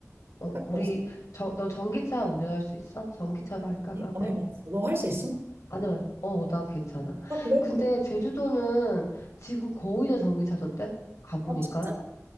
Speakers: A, on the left; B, on the right.
A: 어,
B: 딱히
A: 우리,
B: 없어
A: 저, 너 전기차 운전할 수 있어? 전기차로 할까, 그러면?
B: 안 해봤어. 너 할 수 있어?
A: 아니면, 어, 난 괜찮아.
B: 아, 그래?
A: 근데 제주도는 지금 거의 다 전기차던데? 가보니까.
B: 아, 진짜?